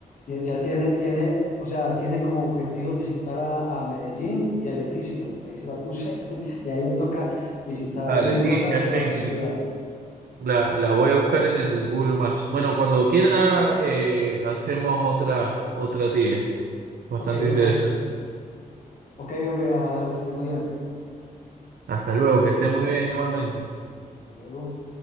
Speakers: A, on the left; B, on the right.
A: Ya ya tiene, tiene, o sea, tiene como objetivos visitar a, a Medellín y a Leticia. Ahí se la puse. <laughs> Y ahí me toca visitar
B: Ah,
A: Mendoza,
B: Leticia,
A: pero
B: esa
A: la
B: intu-
A: ciudad.
B: la, la voy a buscar en el Google Maps. Bueno, cuando quiera, eh, hacemos otra, otra tibia, bastante
A: Ok,
B: interesante.
A: perfecto. Ok, hombre, Amadeo, que esté muy bien.
B: Hasta luego, que esté muy bien igualmente.
A: Hasta luego.